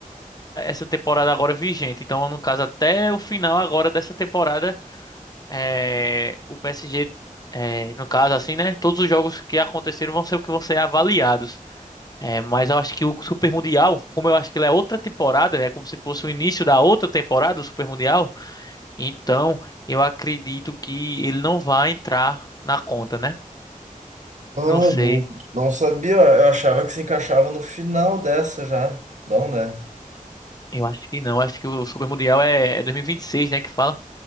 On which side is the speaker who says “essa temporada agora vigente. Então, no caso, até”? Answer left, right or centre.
Left